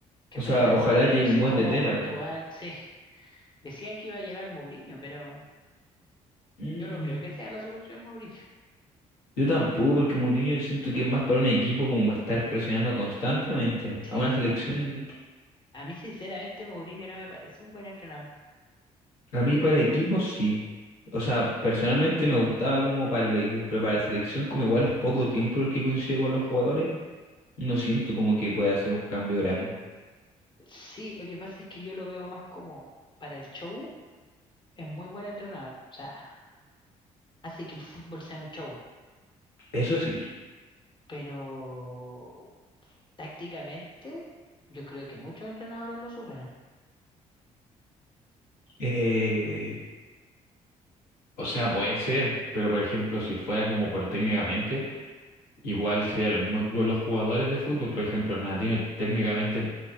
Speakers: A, on the left (about 30°); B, on the left (about 80°).
A: Que
B: O
A: en
B: sea,
A: verdad,
B: ojalá
A: yo
B: llegue
A: no
B: un
A: sé
B: buen
A: cómo
B: DT,
A: Portugal.
B: la verdad.
A: Sí, decían que iba a llegar Mourinho, pero
B: Mm,
A: yo no creo que sea la solución Mourinho.
B: Yo tampoco, porque Mourinho siento que es más para un equipo como para estar presionando constantemente.
A: Sí,
B: A una selección,
A: a mí sinceramente Mourinho no me parece un buen entrenador.
B: a mí para equipos sí. O sea, personalmente me gustaba como para los equipos, pero para la selección como igual es poco tiempo el que consigo con los jugadores, no siento como que pueda hacer un cambio grande.
A: Sí, lo que pasa es que yo lo veo más como para el show, es muy buen entrenador. O sea, hace que el fútbol sea un show.
B: Eso sí.
A: pero tácticamente yo creo que muchos entrenadores lo superan.
B: Eh, o sea, puede ser, pero por ejemplo, si fuera como por técnicamente. Igual sería lo mismo que con los jugadores de fútbol. Por ejemplo, Ronaldinho técnicamente es